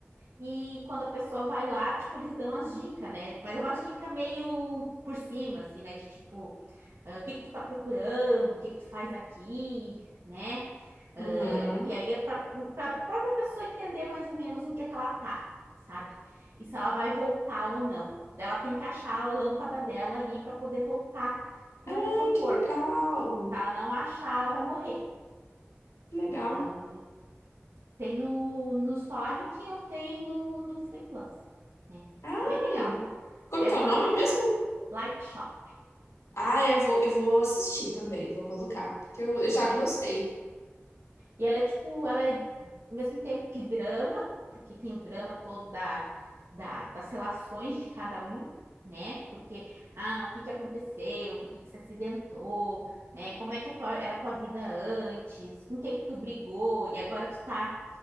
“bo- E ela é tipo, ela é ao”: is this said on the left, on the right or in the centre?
Right